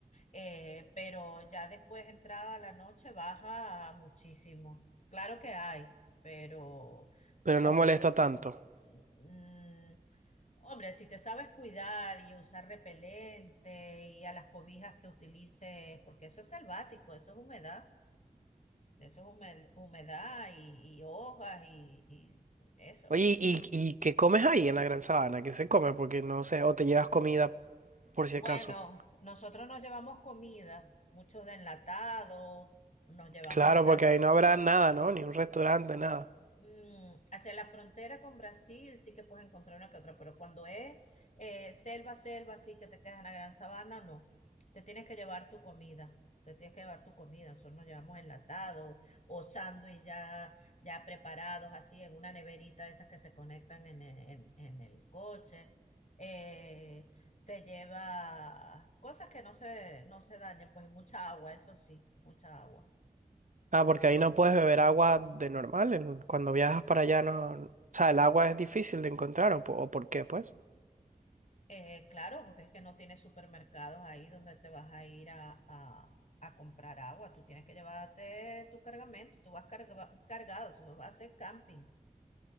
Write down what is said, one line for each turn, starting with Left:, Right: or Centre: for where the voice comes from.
Left: eh, pero ya después, entrada la noche, baja muchísimo. Claro que hay, pero
Right: pero
Left: por la
Right: no
Left: humedad.
Right: molesta tanto.
Left: Mm, mm, hombre, si te sabes cuidar y usar repelente y a las cobijas que utilices, porque eso es selvático, eso es humedad, eso es hume- humedad y, y hojas y y eso.
Right: Oye, ¿y, y qué comes ahí en la Gran Sabana? ¿Qué se come? Porque no sé, o te llevas comida por si
Left: Bueno,
Right: acaso.
Left: nosotros nos llevamos comida, muchos de enlatados, nos llevamos
Right: Claro,
Left: esa.
Right: porque ahí no habrá nada, ¿no? Ni un restaurante, nada.
Left: mm, hacia la frontera con Brasil sí que puedes encontrar una que otra, pero cuando es eh, selva, selva, así que te quedas en la gran sabana, no. Te tienes que llevar tu comida. Te tienes que llevar tu comida. Nosotros nos llevamos enlatado o sándwich ya, ya preparados, así en una neverita de esas que se conectan en, en- en el coche. Eh, te lleva cosas que no se, no se dañen, pues mucha agua, eso sí, mucha agua.
Right: Ah, porque ahí no puedes beber agua de normal. en- Cuando viajas para allá no... O sea, el agua es difícil de encontrar, ¿o, po- o por qué, pues?
Left: Eh, claro, porque es que no tienes supermercados ahí donde te vas a ir a, a- a comprar agua. Tú tienes que llevarte tu cargamento, tú vas carga- cargado, eso no va a ser camping.